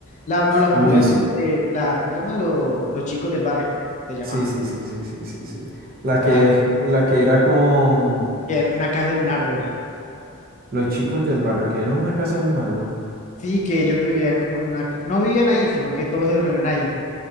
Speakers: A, on the left; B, on the right.
A: La, no, la familia
B: Uy, sí,
A: no, eh, la, ¿cómo llaman? los los chicos del barrio, se llamaba.
B: sí, sí, sí, sí, sí, sí, sí. La
A: Claro,
B: que, la que era con
A: en una casa de un árbol.
B: los chicos del barrio, que era una casa en un árbol.
A: Sí, que ellos vivían como en una, ca- no vivían ahí, sino que todos se reunían ahí.